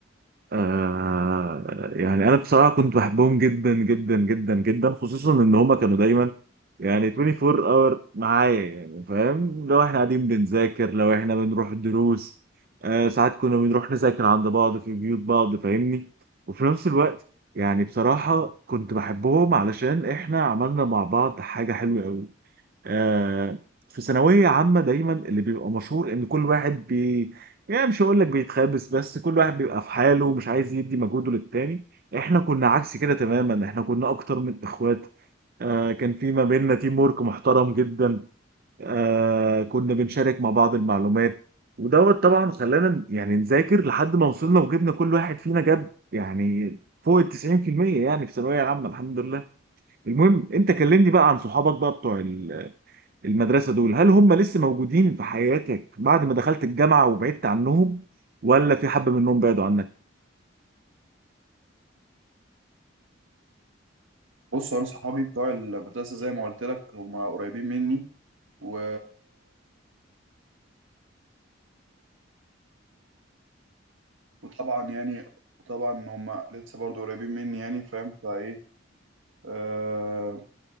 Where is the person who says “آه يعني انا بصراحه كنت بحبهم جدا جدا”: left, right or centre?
Right